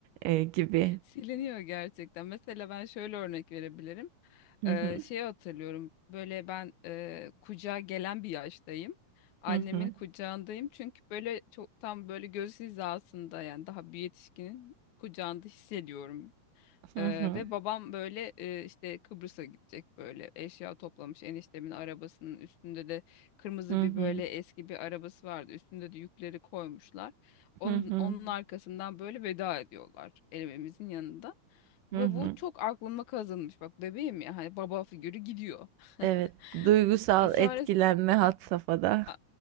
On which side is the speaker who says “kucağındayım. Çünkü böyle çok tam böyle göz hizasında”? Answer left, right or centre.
Left